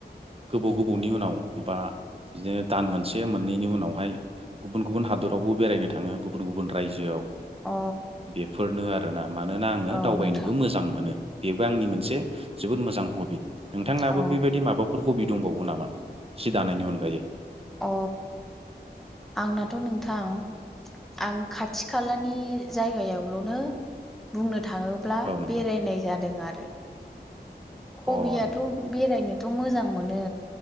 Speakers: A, on the right (about 35°); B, in the centre.
A: गोबौ गोबौनि उनाव बा बिदिनो दान मोनसे मोननैनि उनावहाय गुबुन गुबुन हादरावबो बेरायनो थाङो गुबुन गुबुन रायजोआव
B: अ
A: बेफोरनो आरोना मानोना आङो
B: औ
A: दावबायनोबो
B: नोंथां
A: मोजां मोनो बेबो आंनि मोनसे जोबोद मोजां हबि नोंथांनाबो
B: अ
A: बेबायदि माबाफोर हबि दंबावो नामा सि दानायनि अनगायै
B: अ आंनाथ नोंथां आं खाथि खालानि जायगायावल नो बुंनो थाङोब्ला
A: औ नोंथां
B: बेरायनाय जादों आरो हबियाथ
A: अ नोंथां
B: बेरायनो बो मोजां मोनो